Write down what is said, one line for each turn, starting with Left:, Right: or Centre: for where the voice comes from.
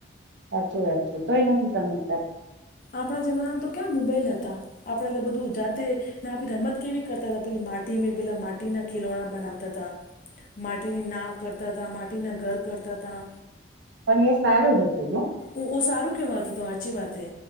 Right: સાચી વાત છે તોય નથી સમજતા.
Left: આપણા જમાનામાં તો કેમ મોબાઈલ હતા. આપણે તો બધું જાતે ને આપણી રમત કેવી કરતા હતા પેલી માટી મે પેલા માટીના ખિલોણા બનાવતા હતા. માટીની નાવ કરતા હતા માટીના ઘર કરતા હતા.
Right: પણ એ સારું હતું હો.
Left: ઓ ઓ સારું કહેવાતુ તુ તો હાચી વાત હે.